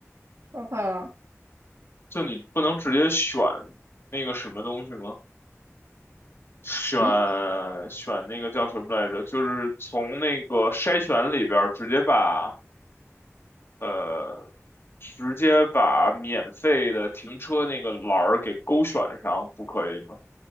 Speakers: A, on the right (about 65°); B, on the left (about 50°).
A: 超快了，
B: 就你不能直接选那个什么东西吗？选
A: 嗯，
B: 选那个叫什么来着？就是从那个筛选里边儿直接把呃，直接把免费的停车那个栏儿给勾选上，不可以吗？